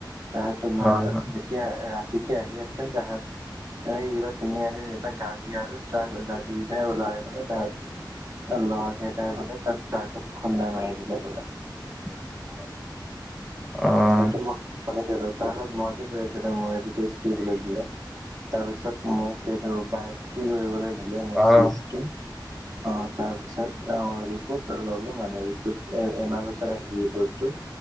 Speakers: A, on the right; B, in the centre.
A: তাহ তোমাৰ
B: হয়, হয়,
A: যেতিয়া ৰাতিকে আহি আছিল তাহাঁত এনেকে কিবা তিনিআলিৰ এটা গাড়ী আৰু ট্ৰাক দুইটাই ওলালে মানে তাত তাৰ লৰ কেইতাই বোলে তাত তাৰ্কত খুন্দা মাৰি দিলে বোলে
B: <unintelligible> অ',
A: সেইটো মই শুনিছিলো তাৰত মই যে কৈআছে তেওঁ দিতেছ দিবলে দিলে তাৰপিছত মোক এইটো বাইছ পি কৰিবলৈ দিলে। মোৰ
B: অ',
A: চিজটো অ' তাৰ পিছত অ' ৰিপৰ্ট ললো মানে। ৰিপৰ্ট এমাহ পাছত আহিছো ৰিপৰ্টটো